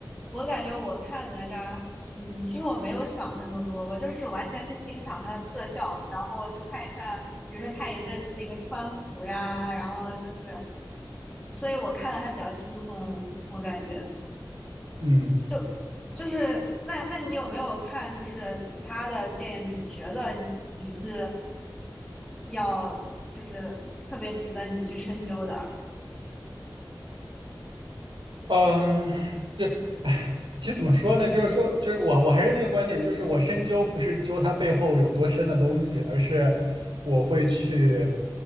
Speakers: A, in the centre; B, on the right.
A: 我感觉我看哪吒，嗯，其实我没有想这么多，我就是完全去欣赏它的特效，然后就看一看，比如说太乙真的那个川普呀，然后就是，所以我看的还比较轻松，我感觉
B: <laughs> 嗯。
A: 就就是那那你有没有看就是其他的电影？你觉得你是要就是特别值得你去深究的？
B: 嗯，就，其实怎么说呢？就是说，就是我我还是那个观点，就是我深究不是究它背后有多深的东西，而是我会去，